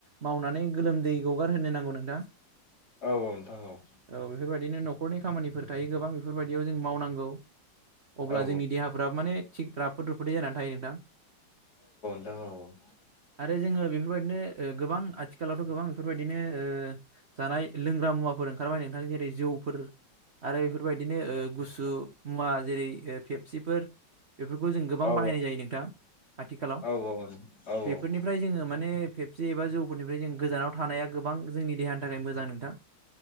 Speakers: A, on the right; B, on the left.
A: मावनानै गोलोमदै गगार होनो नांगौ नोंथां
B: औ नोंथां औ
A: औव बेफोरबायदिनो न'खरनि खामानिफोर थायो गोबां बेफोरबायदियाव जों मावनांगौ। अब्ला
B: औ
A: जोंनि देहाफोरा माने थिग राफोद रुफोदै जानानै थायो नोंथां।
B: औव
A: आरो जोङो बेफोरबायदिनो ओ गोबां आथिखालावथ' गोबां बेफोरबायदिनो ओ जानाय लोंग्रा मुवाफोर थार माने नोंथां जेरै जौफोर आरो बेफोरबायदिनो ओ गुसु मुवा जेरै ओ फेपसिफोर बेफोरखौ जों गोबां
B: औ
A: बाहायनाय जायो नोंथां आथिखालाव
B: औ औ
A: बेफोरनिफ्राय जोङो माने फेप सि एबा जौफोरनिफ्राय जों गोजानाव थानाया गोबां जोंनि देहानि थाखाय मोजां नोंथां।